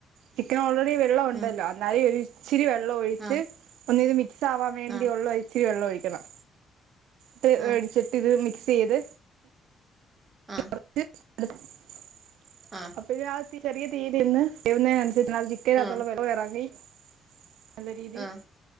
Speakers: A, on the right; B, on the right.
A: ചിക്കൻ ഓൾ വെള്ളം ഉണ്ടല്ലോ
B: ആഹ് ഉം
A: എന്നാലൊരു ഇച്ചിരി വെള്ളം ഒഴിച്ച്
B: ആഹ്
A: ഒന്ന് ഇത് മിക്സ് ആവാൻ വേണ്ടിയള്ള
B: ആഹ്
A: ഇച്ചിരി വെള്ളം ഒഴിക്കണം ഇട്ട്
B: ആഹ്
A: മേടിച്ചിട്ട് ഇത് മിക്സ് ചെയ്ത്
B: ആഹ്
A: <unintelligible>
B: ആഹ്
A: അപ്പൊ ഇത് ആ ചെറിയ തീതിന്ന് ചെയുന്നനുസരിച് അതിനകത് ചിക്കൻഅകത്തുളെ
B: ആഹ്
A: വെള്ളോ ഇറങ്ങി <unintelligible> നല്ല രീതി
B: ആഹ്